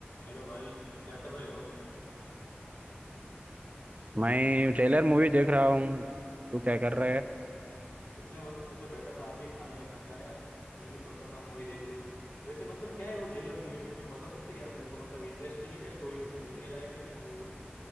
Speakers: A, on the left; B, on the right.
A: Hello भाई क्या कर रहे हो
B: मैं trailer movie देख रहा हूँ तू क्या कर रहा है
A: उतने वक्त में तो बैठा था आप भी खाना ये खा के आया मैं भी सोचा था मूवी देख लूं वैसे मतलब क्या है वो जेलर मूवी में कुछ बता सकते क्या मेरे को मतलब इंटरेस्टिंग है क्या स्टोरी उसमें देखने लायक है क्या मूवी हो